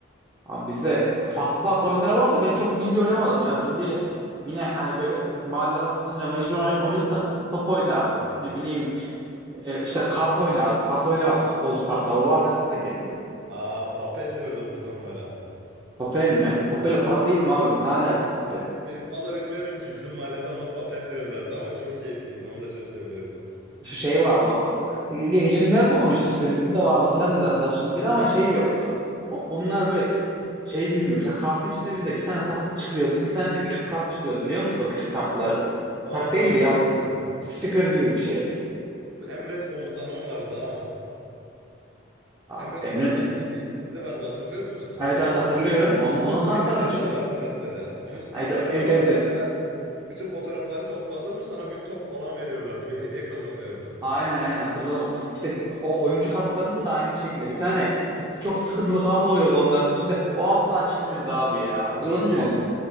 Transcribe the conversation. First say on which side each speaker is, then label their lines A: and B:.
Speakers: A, on the right; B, on the right.
A: Abi bizde farklı farklı oyunlar var da ben çok bilye oynamadım ya. Bilye yine hani böyle mahalle arasında olunca mecbur oyn- oynadık da top oynardık.
B: <laughs> He.
A: Ne bileyim e, işte kart oynardık. Kart oyunu vardı futbolcu kartları O vardır sizde kesin.
B: Aa papel diyorduk biz onlara.
A: Papel mi? Papel para değil mi abi? Ne alaka papel?
B: Ve Valla bilmiyorum ki bizim mahallede ona papel diyorlardı ama çok keyifliydi onu da çok seviyordum.
A: Şu şey vardı. O, o- Ge- geçenlerde konuştuk işte bizde de vardı falan dedi arkadaşım biri ama şey yoktu. O- onlar böyle şey bilmiyorum. Mesela kartın içinde bizde bir tane sakız çıkıyordu. Bir tane de küçük kart çıkıyordu biliyor musun? O küçük kartları.
B: Ha,
A: Kart değil
B: ha, onu
A: de yap
B: da biliyorum.
A: sticker gibi bir şey.
B: Bu Emret Komutanım vardı ha.
A: Aa,
B: Emret
A: Emre
B: Komutanım diye bir dizi vardı hatırlıyor musun?
A: evet evet hatırlıyorum. Onun,
B: Onun
A: onun
B: stikerleri
A: kartları mı çıkıyor?
B: de vardı mesela. Onun stikerleri
A: Haydi, evet
B: de vardı
A: evet evet.
B: mesela. Bütün fotoğrafları topladın mı sana bir top falan veriyorlardı. Bir hediye kazanıyordun.
A: Aynen aynen hatırladım. İşte bi- o oyuncu kartlarının da aynı şekilde bir tane çok sıkıntılı kart oluyordu onların içinde. O asla çıkmıyordu abi ya. Hatırladın
B: Joker.
A: mı onu?